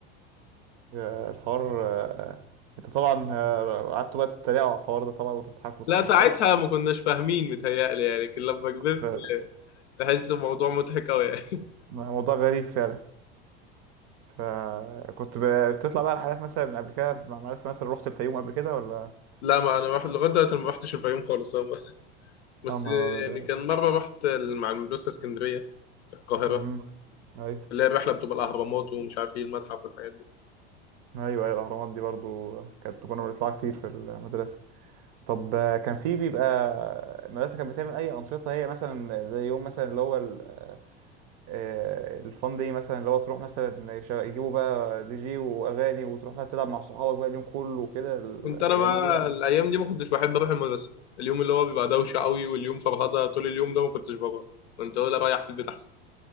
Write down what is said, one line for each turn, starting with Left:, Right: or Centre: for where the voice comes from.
Right: آه، الحوار آه، انت طبعا آه، قعدتوا بقى تتريقوا على الحوار ده طبعا وتضحكوا
Left: لا
Right: طبعا
Left: ساعتها
Right: صح؟
Left: ما كناش فاهمين متهيألي يعني لكن لما كبرت
Right: ده
Left: تحس الموضوع مضحك أوي يعني <laughs>
Right: موضوع غريب فعلا فكنت ب- بتطلع بقى رحلات مثلا قبل كده مع مدرسة مثلا رحت الفيوم قبل كده ولا
Left: لا ما أنا رحت لغاية دلوقتي ما رحتش الفيوم خالص هو. بس
Right: يا نهار أبيض
Left: يعني كان مرة رحت مع المدرسة اسكندرية القاهرة
Right: امم أيوه
Left: اللي هي الرحلة بتبقى الأهرامات ومش عارف إيه المتحف والحاجات دي
Right: أيوه أيوه الأهرامات دي برضو كانت كنا بنطلعها كتير في المدرسة طب آه، كان في بيبقى المدرسة كانت بتعمل أي أنشطة هي مثلا زي يوم مثلا اللي هو ال- آه، الفان دي مثلا اللي هو تروح مثلا يش- يجيبوا بقى دي جي وأغاني وتروح بقى تلعب مع صحابك بقى اليوم كله وكده الأيام
Left: كنت انا بقى
Right: دي
Left: الايام دي ما كنتش بحب اروح المدرسه اليوم اللي هو بيبقى دوشه قوي واليوم فرهده طول اليوم ده ما كنتش بروح كنت اقول اريح في البيت احسن